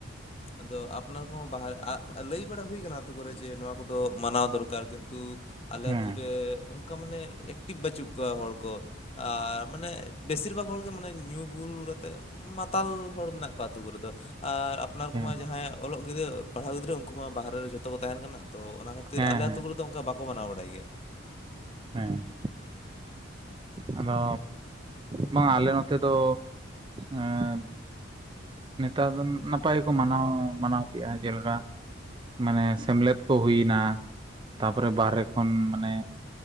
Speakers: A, on the left; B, on the right.
A: ᱟᱫᱚ ᱟᱯᱱᱟᱨ ᱠᱚᱦᱚᱸ ᱵᱟᱦᱟ ᱞᱟᱹᱭ ᱵᱟᱲᱟ ᱦᱩᱭ ᱠᱟᱱᱟ ᱟᱹᱛᱩ ᱠᱚᱨᱮᱜ ᱡᱮ ᱱᱚᱣᱟ ᱠᱚᱫᱚ ᱢᱟᱱᱟᱣ ᱫᱚᱨᱠᱟᱨ ᱠᱤᱱᱛᱩ ᱟᱞᱮ
B: ᱦᱮᱸ
A: ᱟᱛᱳ ᱨᱮ ᱚᱱᱠᱟ ᱢᱟᱱᱮ ᱮᱠᱴᱤᱵᱷ ᱵᱟᱹᱪᱩᱜ ᱠᱚᱣᱟ ᱦᱚᱲ ᱠᱚ ᱟᱨ ᱢᱟᱱᱮ ᱵᱮᱥᱤᱨ ᱵᱷᱟᱜᱽ ᱦᱚᱲ ᱜᱮ ᱢᱟᱱᱮ ᱧᱩ ᱵᱩᱞ ᱠᱟᱛᱮᱫ ᱢᱟᱛᱟᱞ ᱦᱚᱲ ᱢᱮᱱᱟᱜ ᱠᱚᱣᱟ ᱟᱛᱳ ᱠᱚᱨᱮ ᱫᱚ ᱟᱨ ᱟᱯᱱᱟᱨ
B: ᱦᱮᱸ
A: ᱠᱚᱢᱟ ᱡᱟᱦᱟᱭ ᱚᱞᱚᱜ ᱜᱤᱫᱽᱨᱟᱹ ᱯᱟᱲᱦᱟᱣ ᱜᱤᱫᱽᱨᱟᱹ ᱩᱱᱠᱩ ᱢᱟ ᱵᱟᱦᱨᱮ ᱨᱮ ᱡᱷᱚᱛᱚ ᱠᱚ ᱛᱟᱦᱮᱱ ᱠᱟᱱᱟ ᱛᱚ ᱚᱱᱟ ᱠᱷᱟᱹᱛᱤᱨ
B: ᱦᱮᱸ
A: ᱟᱞᱮ
B: ᱦᱮᱸ
A: ᱟᱹᱛᱩ ᱠᱚᱨᱮ ᱫᱚ ᱚᱱᱠᱟ ᱵᱟᱠᱚ ᱢᱟᱱᱟᱣ ᱵᱟᱲᱟᱭ ᱜᱮᱭᱟ
B: ᱦᱮᱸ ᱟᱫᱚ ᱵᱟᱝ
A: ᱦᱩᱸ
B: ᱟᱞᱮ ᱱᱚᱛᱮ ᱫᱚ ᱮᱸ ᱱᱮᱛᱟᱨ ᱫᱚ ᱱᱟᱯᱟᱭ ᱜᱮᱠᱚ ᱢᱟᱱᱟᱣ ᱢᱟᱱᱟᱣ ᱠᱮᱫᱟ ᱡᱮᱞᱮᱠᱟ ᱢᱟᱱᱮ ᱥᱮᱢᱞᱮᱫ ᱠᱚ ᱦᱩᱭᱱᱟ ᱛᱟᱨ ᱯᱚᱨᱮ ᱵᱟᱦᱨᱮ ᱠᱷᱚᱱ ᱢᱟᱱᱮ